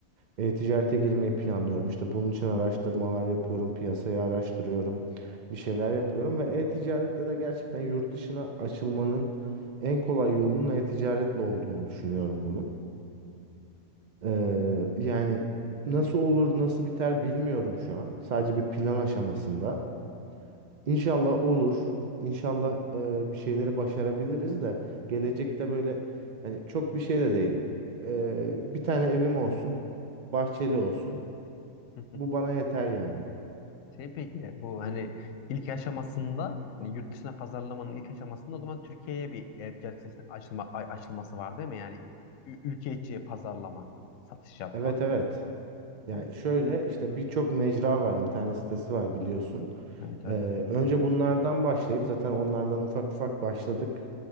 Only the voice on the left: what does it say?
hı.
<laughs>
Şey peki bu hani ilk aşamasında hani yurt dışına pazarlamanın ilk aşamasında o zaman Türkiye'ye bir e-ticaret sitesinin açılma, a- açılması var değil mi? Yani ü- ülke içi pazarlama, satış yapma.
Hani
evet evet.